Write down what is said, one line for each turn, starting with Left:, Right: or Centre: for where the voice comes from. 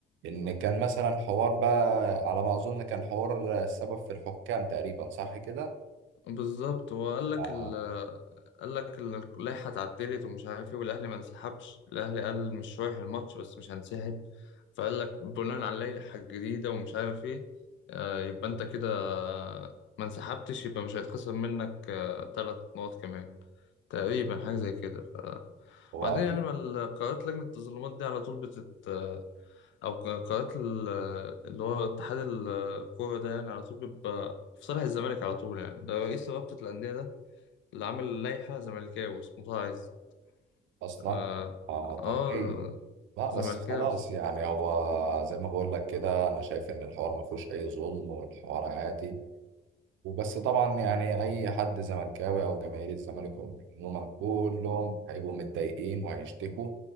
Right: ان كان مثلا حوار بقى على ما اظن كان حوار السبب في الحكام تقريبا صح كده
Left: بالظبط هو قال لك
Right: آه،
Left: ال... قال لك ال- اللائحه اتعدلت ومش عارف ايه والاهلي ما انسحبش الاهلي قال مش رايح الماتش بس مش هنسحب فقال لك بناء على اللائحه الجديده ومش عارف ايه آه، يبقى انت كده ما انسحبتش يبقى مش هيتخصم منك ثلاث نقط كمان تقريبا حاجه زي كده ف...
Right: هو
Left: وبعدين
Right: أكيد
Left: يعني ما ال- قرارات لجنه التظلمات دي على طول بتت آه، او ق- قناه ال- اللي هو اتحاد الكوره ده يعني على طول بيبقى في صالح الزمالك على طول يعني ده رئيس رابطه الانديه ده اللي عامل لائحه زملكاوي اسمه طه عز
Right: اصلا
Left: اه,
Right: اه طبيعي
Left: آه
Right: لا
Left: زملكاوي
Right: بس خلاص يعني هو زي ما بقول لك كده انا شايف ان الحوار ما فيهوش اي ظلم والحوار عادي وبس طبعا يعني اي حد زملكاوي او جماهير الزمالك عموما كلهم هيبقوا متضايقين وهيشتكوا